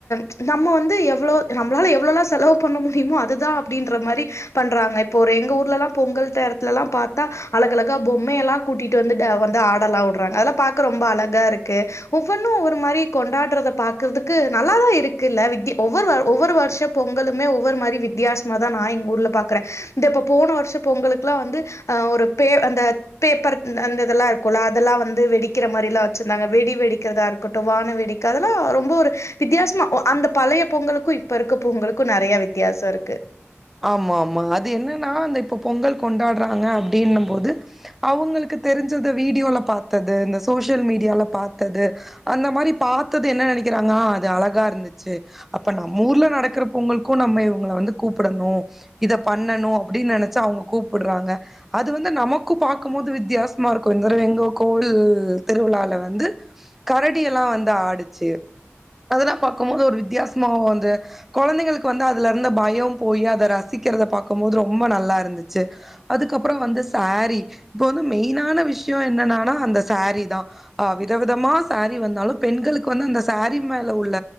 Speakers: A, on the left; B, in the centre.
A: ச்சு நம்ம வந்து எவ்ளோ நம்மளால எவ்ளவல செலவு பண்ண முடியுமோ அதுதா அப்டின்ற மாரி பண்றாங்க இப்போ ஒரு எங்க ஊர் ஊர்லலா பொங்கல் நேரத்துலல்லா பாத்தா அழகழகா பொம்மையெல்லா கூட்டிட்டு வந்து வந்து ஆடலா வுட்றாங்க அதெல்லா பாக்க ரொம்ப அழகாருக்கு ஒவ்வொன்னு ஒவ்வொரு மாரி கொண்டாடுறத பாக்குறதுக்கு நல்லாதா இருக்குல்ல வித்யா ஒவ்வொரு ஒவ்வொரு வர்ஷ பொங்கலுமே ஒவ்வொரு மாரி வித்தியாசமா தா நா எங்கூர்ல பாக்குற இந்தப் போன வருஷம் பொங்குக்கெல்லா வந்து அஹ் ஒரு பே அந்த பேப்பர் அந்த இதெல்லா இருக்கும்ல்ல அதெல்லா வந்து வெடிக்கிற மாரியில்லா வச்சிருந்தாங்க வெடி வெடிக்கிறதா இருக்கட்டும் வான வெடிக்க அதெல்லா ரொம்ப ஒரு வித்தியாசமா அந்த பழைய பொங்கலுக்கும் இப்ப இருக்க பொங்கலுக்கும் நெறைய வித்தியாசம் இருக்கு
B: ஆமா ஆமா அது என்னன்னா அந்த இப்ப பொங்கல் கொண்டாடுறாங்க அப்படினும் போது அவங்களுக்கு தெரிஞ்சத வீடியோல பாத்தது இந்த சோசியல் மீடியால பாத்தது அந்த மாரி பாத்தது என்ன நெனக்கிறாங்க அது அழகா இருந்துச்சு அப்ப நம்மூர்ல நடக்குற பொங்கலுக்கு நம்ம இவங்க வந்து கூப் கூப்புடனு இத பண்ணணு அப்படின் நெனச்சா அவங்க கூப்பிடுறாங்க அது வந்து நமக்கு பாக்கும் போது வித்தியாசமா இருக்கும் இந்திர வெங்கோ கோவில் திருவிழால வந்து கரடியெல்லா வந்து ஆடுச்சு அதெல்லா பாக்கும்போது ஒரு வித்தியாசமா வந்து கொழந்தைங்களுக்கு வந்து அதுலருந்த பயம் போய் அத ரசிக்கிறத பாக்கும்போது ரொம்ப நல்லா இருந்துச்சு அதுக்கப்புறம் வந்து சாரீ இப்ப வந்து மெயினான விஷ்ய என்னன்னா அந்த சாரீ தா ஆஹ் விதவிதமா சாரீ வந்தாலும் பெண்களுக்கு வந்து அந்த சாரி மேல உள்ள